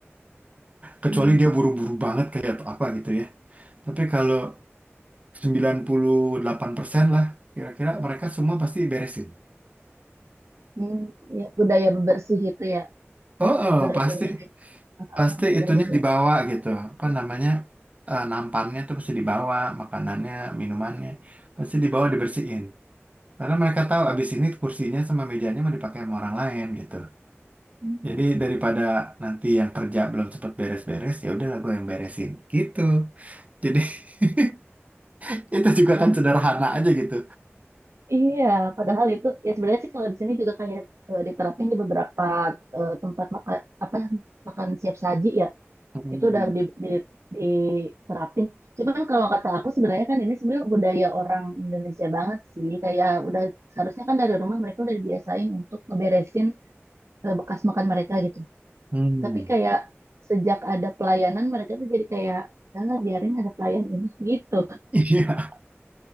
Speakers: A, on the right (about 30°); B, on the right (about 80°).
A: Kecuali
B: mm,
A: dia buru-buru banget kayak atau apa gitu ya. Tapi kalau sembilan puluh delapan persen lah kira-kira mereka semua pasti beresin.
B: mm, ya budaya bebersih itu ya
A: Oh, oh,
B: budaya
A: pasti
B: beberes, ah,
A: pasti
B: ah, budaya
A: itunya
B: beberes.
A: dibawa gitu. Apa namanya? eh, nampannya tuh pasti dibawa, makanannya, minumannya pasti dibawa dibersihin. Karena mereka tahu abis ini kursinya sama mejanya mau dipakai sama orang lain gitu.
B: Hmm,
A: Jadi daripada nanti yang kerja belum cepet beres-beres, ya udahlah gue yang beresin gitu. Jadi <laughs> itu juga
B: Ya,
A: kan sederhana aja gitu.
B: iya, padahal itu ya sebenarnya sih kalau di sini juga kayak eh, diterapin di beberapa eh, tempat makan apa makan siap saji ya.
A: Hmm.
B: itu udah di, di, diterapin. Cuman kalau kata aku sebenarnya kan ini sebenarnya budaya orang Indonesia banget sih. Kayak udah seharusnya kan dari rumah mereka udah dibiasain untuk ngeberesin eh, bekas makan mereka gitu.
A: Hmm.
B: Tapi kayak sejak ada pelayanan mereka tuh jadi kayak "Udah lah biarin ada pelayan ini gitu.
A: Iya,